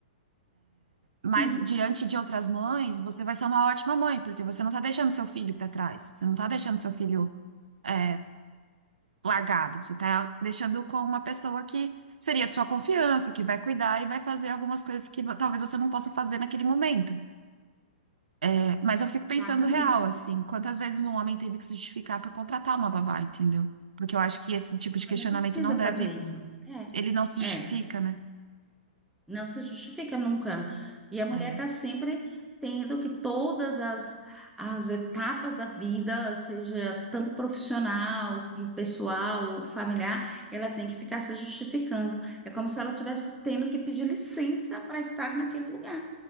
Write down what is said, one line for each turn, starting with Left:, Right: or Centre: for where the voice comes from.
Centre: Sim,
Right: Mas diante de outras mães, você vai ser uma ótima mãe, porque você não está deixando seu filho para trás, você não está deixando seu filho é, largado, você está deixando com uma pessoa que seria de sua confiança, que vai cuidar e vai fazer algumas coisas que vo- talvez você não possa fazer naquele momento. É, mas eu fico pensando
Centre: exatamente.
Right: real, assim, quantas vezes um homem teve que se justificar por contratar uma babá, entendeu? Porque eu acho que esse tipo
Centre: O
Right: de
Centre: governo
Right: questionamento
Centre: precisa
Right: não deve,
Centre: fazer isso.
Right: ele não se
Centre: É,
Right: justifica,
Centre: é.
Right: né?
Centre: Não se justifica nunca. E a mulher
Right: É,
Centre: está sempre tendo que todas as, as etapas da vida, seja tanto profissional como pessoal, familiar, ela tem que ficar se justificando. É como se ela tivesse tendo que pedir licença para estar naquele lugar.